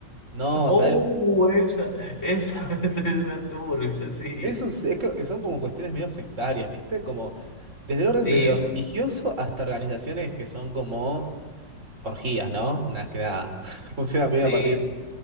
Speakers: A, on the right; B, on the left.
A: no,
B: ¡Oh!
A: ¿sabes?
B: Esa, esa, <laughs> esa, turbia, sí.
A: Es un- es que son como cuestiones medio sectarias, ¿viste? Como desde el orden,
B: Sí,
A: desde lo religioso hasta organizaciones que son como orgías, ¿no? Una que nada, <laughs> funciona medio
B: sí.
A: a partir